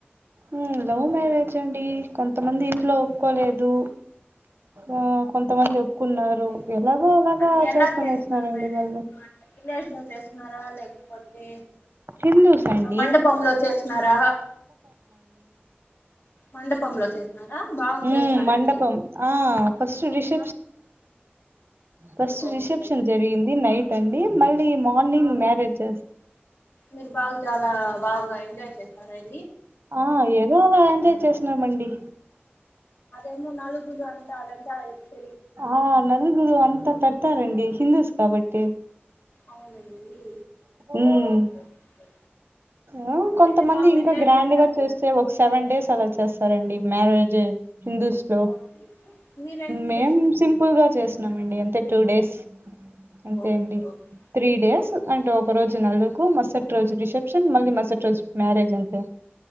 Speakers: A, on the right; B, on the left.
A: ఊ లవ్ మ్యారేజ్ అండి కొంతమంది ఇంట్లో ఒప్పుకోలేదు
B: ఓకే ఓకే.
A: ఆ కొంతమంది ఒప్పుకున్నారు
B: ఓకే
A: ఎలాగో అలాగా
B: అంటే ఎలా
A: చేసుకొని
B: చేస్తున్నారు
A: వచ్చినారండి
B: మ్యారేజ్
A: వాళ్ళు
B: అంటే విలేజ్ లో చేస్తున్నారా లేకపోతే
A: హిందూస్ అండి
B: ఆ మండపంలో చేసినారా మండపంలో చేసినారా బాగా చేసినారా
A: ఊ మండపం
B: అండి
A: ఆ first dish first
B: okay
A: reception జరిగింది నైట్ అండి మళ్ళీ మార్నింగ్ మ్యరేజ్ చేస్
B: మీరు బాగా చాలా బాగా ఎంజాయ్ చేసారయి
A: ఆ ఏదో అలా ఎంజాయ్ చేసినామండి
B: ఏమో నాలుగుల్లు అంట అదంట <unintelligible>
A: ఆ నలుగురు అంత పెడ్తరండి హిందస్ కాబట్టి
B: అవునండి
A: ఉమ్
B: ఓకే ఓకే
A: ఆ కొంతమంది
B: అయితే బాగా
A: ఇంకా
B: ఎంజాయ్
A: గ్రాండ్
B: చేస్తారు
A: గా
B: మీరు
A: చేస్తే ఒక సెవెన్ డేస్ అలా చేస్ స్తారండీ మ్యారేజ్ హిందూస్ లో
B: ఓకే మీరు ఎన్ని
A: మేం
B: డేస్
A: సింపుల్ గా చేసినం అంతే టూ డేస్ అంతే
B: ఓకే
A: అండి త్రీ
B: ఓకే
A: డేస్ అంటే ఒకరోజు జు నలుగు మరసటి రోజు రిసెప్షన్ మళ్ళీ మరసటి రోజు మ్యారేజ్ అంతే